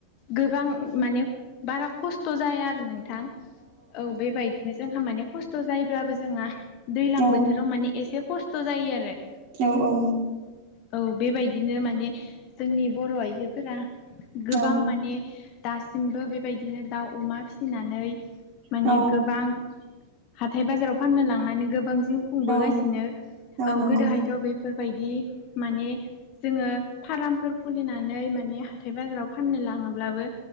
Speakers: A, on the left (about 40°); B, on the right (about 40°).
A: गोबां माने बारा खस्थ' जाया आरो नों थां औ बेबायदिनो जोंहा माने खस्थ' जायोब्लाबो जोंहा। दैलां
B: औ
A: बोथोराव माने एसे खस्थ' जायो आरो।
B: औ औ।
A: औ बेबायदिनो माने जोंनि बर' आइजोफोरा गोबां
B: औ
A: माने दासिमबो बेबायदिनो दाउ अमा फिसिनानै माने
B: औ
A: गोबां हाथाय बाजाराव फाननो लांनानै गोबां जिउ खुंबोगासिनो
B: औ
A: औ
B: नंगौ
A: गोदोहायथ' बेफोर। बायदि माने जोङो फार्मफोर खुलिनानै माने हाथाय बाजाराव फाननो लाङोब्लाबो